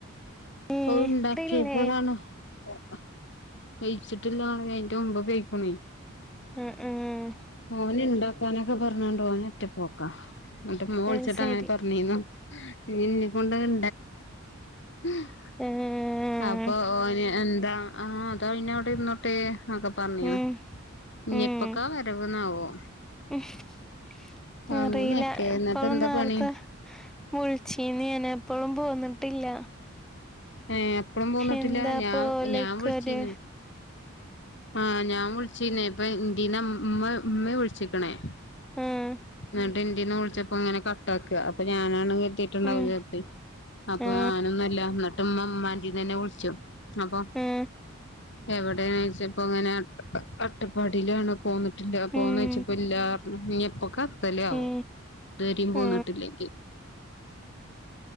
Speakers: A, in the centre; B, on the left (about 55°).
A: ഏ
B: ഓ ഇണ്ടാക്കിയപ്പോളാണ്
A: ഇല്ലേ
B: <unintelligible> വെഴിച്ചിട്ടില്ല അയിന്റെ മുമ്പ് പെഴിക്കുണൈ
A: ഉം ഉം
B: ഓന് ഇണ്ടാക്കാനൊക്കെ പറഞ്ഞാണ്ട് ഓനൊറ്റ പോക്കാ ന്ന്ട്ട് മ്മ വിളിച്ചിട്ട്
A: അത് ശരി
B: അങ്ങനെ പർഞ്ഞീന്നു ന്നിനി ന്ന കൊണ്ട് അഹ് <unintelligible> <unintelligible> <inaudible>
A: ആഹ്
B: അപ്പൊ ഓന് എന്താ ആഹ അതാ പിന്ന അവിട ഇരിന്നോട്ടേ ഒക്കെ പറഞ്ഞിന്ന്
A: ഉം
B: ഇനിപ്പക്കാ
A: ഉം
B: വരവ്ന്നാവോ
A: <unintelligible>
B: അങ്ങനെയൊക്കെ
A: അറിയില്ല
B: എന്നിട്ട്
A: ഇപ്പഴു
B: എന്താ
A: നേരത്തെ
B: പണി
A: വിളിച്ചീന്നനെ പ്പോഴും പൊന്നിട്ടില്ല
B: ഏഹ് അപ്പളും പോന്നിട്ടില്ല
A: എന്താ
B: ഞാൻ
A: പോലക്കര്
B: ഞാൻ വിളിച്ചീന്ന് ആഹ് ഞാൻ വിളിച്ചീന്നേ ഇപ്പ ന്റീന്ന് മ്മ മ്മേ വിളിച്ചിക്കണേ
A: ഉം
B: ന്നിട്ട് ന്റീന്ന് വിളിച്ചപ്പോ ങ്ങനെ കട്ട്‌ അക്ക അപ്പൊ ഞാൻ ആണെങ്കി <unintelligible> ത്തീട്ട് ണ്ടാവും
A: ഉം
B: ചെലപ്പേ അപ്പോ
A: ആ
B: ഞാൻ ഒന്നല്ല, ന്നിട്ട് മ്മ മ്മന്റീന്ന് തന്നെ വിളിച്ചു അപ്പൊ
A: ആ
B: എവിടെന്നോയ്ച്ചപ്പോ ങ്ങനെ അട്ടപ്പാടിയിലാണ്. പോന്നിട്ടില്ല. പൊന്നോയ്ച്ചപ്പോ
A: ഉം
B: ഇല്ലറഞ്ഞു <unintelligible> ത്തല് ആവോ.
A: ഏ
B: ദ് വരിം പോന്നിട്ടില്ലെങ്കിൽ
A: ആ